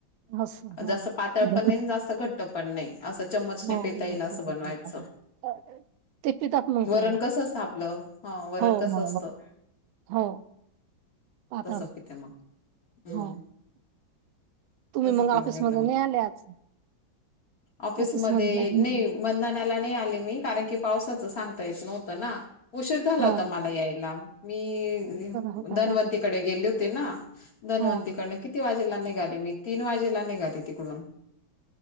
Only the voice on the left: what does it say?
जास्त पातळ
पण नाही आणि जास्त घट्ट पण नाही. असं चम्मचने
पेता येईल असं बनवायचं.
वरण
कसं असतं आपलं हा वरण
कसं
असतं
तसं पिते मग हम्म
तसं
पिऊन
घेते मग
ऑफिसमध्ये
निव मंधनाला नाही आले मी कारण की पावसाचं सांगता येत नव्हतं ना. उशीर झाला
होता मला यायला मी
धनवंतीकडे
गेले होते ना. धनवंतीकडनं
किती वाजेला निघाली मी तीन वाजेला निघाली तिकडून